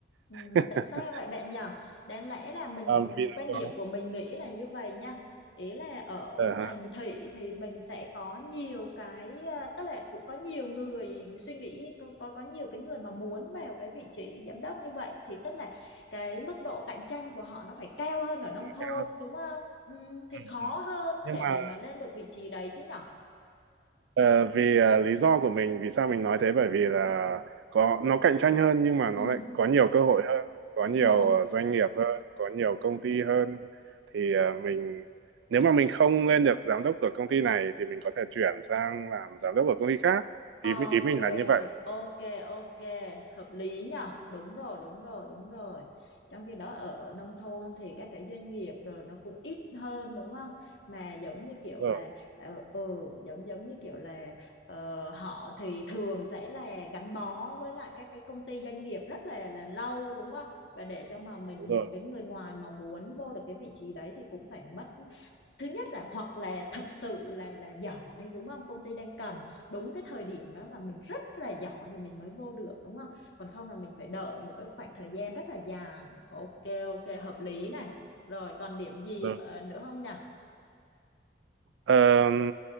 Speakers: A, on the left; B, on the right.
A: Ừ,
B: <laughs>
A: tại sao vậy bạn nhở? Đáng lẽ là mình
B: Ờ, vì nó
A: quan điểm
B: có
A: của mình nghĩ là như vậy nha. Ý là ở
B: ờ, ha,
A: thành thị thì mình sẽ có nhiều cái à, tức là cũng có nhiều người suy nghĩ có có, có nhiều cái người mà muốn vào cái vị trí giám đốc như vậy thì tức là cái mức độ cạnh tranh của họ nó phải cao hơn ở nông thôn
B: cao hơn.
A: đúng không? Ừ, thì
B: Ừ,
A: khó
B: ừ.
A: hơn
B: nhưng
A: để
B: mà
A: để mà lên được vị trí đấy chứ nhở?
B: Ờ, vì à, lý do của mình vì sao mình nói thế bởi vì là có nó cạnh tranh hơn nhưng mà nó
A: Ừ.
B: lại có nhiều cơ hội hơn có nhiều
A: Ừ.
B: ờ, doanh nghiệp hơn có nhiều công ty hơn thì ờ, mình nếu mà mình không lên được giám đốc của công ty này thì mình có thể chuyển sang làm giám đốc của công ty khác
A: Ok,
B: ý ý mình là như vậy
A: ok, ok, hợp lý nhở? Đúng rồi, đúng rồi, đúng rồi. Trong khi đó ở nông thôn thì các cái doanh nghiệp rồi nó cũng ít hơn đúng không? Mà giống như kiểu
B: đúng rồi
A: là ờ, ừ, giống giống như kiểu là ờ, họ thì thường sẽ là gắn bó với lại các cái công ty doanh nghiệp rất là là lâu đúng không? Và để cho mà mình
B: đúng
A: một
B: rồi,
A: cái người ngoài mà muốn vô được cái vị trí đấy thì cũng phải mất thứ nhất là hoặc là thực sự là là giỏi đúng không công ty đang cần đúng cái thời điểm đó và mình rất là giỏi thì mình mới vô được đúng không còn không là mình phải đợi một cái khoảng thời gian rất là dài ok ok hợp lý này rồi còn điểm gì
B: đúng
A: ờ,
B: rồi.
A: nữa không nhỉ
B: Ờ,